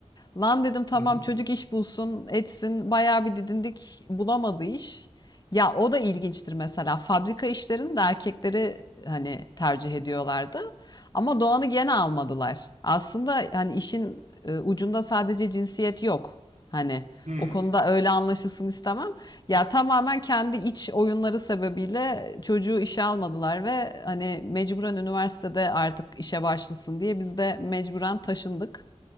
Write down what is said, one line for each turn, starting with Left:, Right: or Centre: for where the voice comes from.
Left: Lan dedim tamam
Right: Hı hı.
Left: çocuk iş bulsun, etsin. Bayağı bir didindik. Bulamadı iş. Ya o da ilginçtir mesela. Fabrika işlerini de erkekleri hani tercih ediyorlardı. Ama Doğan'ı gene almadılar. Aslında hani işin e, ucunda sadece cinsiyet yok. Hani
Right: Hı.
Left: o konuda öyle anlaşılsın istemem. Ya tamamen kendi iç oyunları sebebiyle çocuğu işe almadılar ve hani mecburen üniversitede artık işe başlasın diye biz de mecburen taşındık.